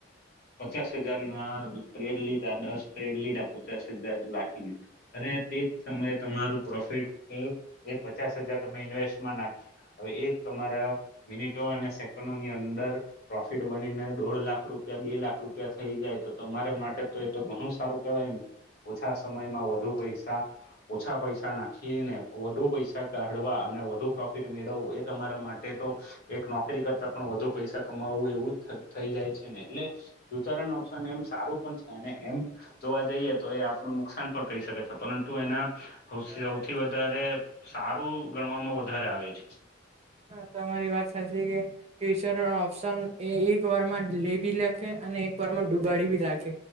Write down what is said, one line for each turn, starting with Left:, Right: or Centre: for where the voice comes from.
Left: પચાસ હજાર ના ટ્રેડ લીધા દસ ટ્રેડ લીધા પચાસ હજાર લખીને અને તે જ સમયે તમારું પ્રોફિટ એ પચાસ હજાર તમે ઇન્વેસ્ટમાં નાખ્યા હવે એ તમારા મિનટ અને ની અંદર પ્રોફિટ બનીને દોઢ લાખ રૂપિયા બે લાખ રૂપિયા થઈ જાય તો તમારે માટે તો એ તો ઘણું સારું કેવાય ને ઓછા સમયમાં વધુ પૈસા ઓછા પૈસા નાખ છી ને વધુ પૈસા કાઢવા અને વધુ પ્રોફિટ મેળવવું એ તમારા માટે તો એક નોકરી તા પણ વધુ પૈસા કમાવવું એવું થઈ જાય છે ને એટલેતરણ ઓપ્શન એમ સારું એમ જોવા જઈએ તો એ આપણું નુકસાન પણ કહી શકે છે પરંતુ એના
Right: ત
Left: સૌથી વધારે સારું ગણવામાં વધારે આવે છે
Right: હ તમારી વાત સાચી કે ફ્યુચર ઓપ્શન એ એક વાર માં લે બી લખે અને એક વારમાં ડુબાડીી રાખે